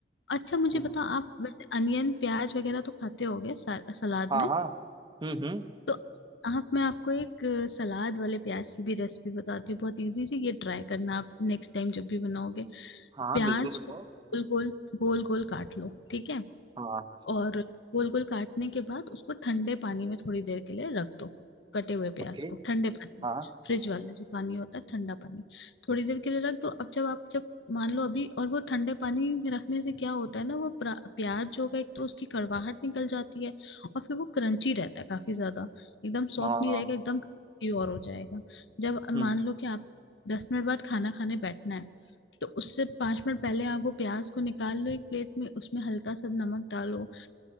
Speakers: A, on the left; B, on the right.
A: अच्छा मुझे
B: हम्म
A: बताओ आप वैसे अनियन प्याज वगैरह तो खाते होगे सा, सलाद
B: हाँ
A: में
B: हाँ हम्म हम्म
A: तो आप मैं आपको एक अ, सलाद वाले प्याज की भी रेसिपी बताती हूँ बहुत इजी सी ये ट्राई करना आप नेक्स्ट टाइम जब भी बनाओगे
B: हाँ
A: प्याज
B: बिल्कुल बताओ
A: को गोल गोल गोल गोल काट लो ठीक है
B: हाँ
A: और गोल गोल काटने के बाद उसको ठंडे पानी में थोड़ी देर के लिए रख दो कटे हुए
B: ओके
A: प्याज को ठंडे पानी में
B: हाँ
A: फ्रिज वाला जो पानी होता है ठंडा पानी थोड़ी देर के लिए रख दो अब जब आप जब मान लो अभी और वो ठंडे पानी में रखने से क्या होता है ना वो प्रा- प्याज जो होगा एक तो उसकी कड़वाहट निकल जाती है और फिर वो क्रंची रहता है काफी ज्यादा एकदम सॉफ्ट
B: हाँ
A: नहीं रहेगा एकदम प्योर हो जाएगा जब
B: हम्म
A: मान लो कि आप दस मिनट बाद खाना खाने बैठना है तो उससे पाँच मिनट पहले आप वो प्याज को निकाल लो एक प्लेट में उसमें हल्का सा नमक डालो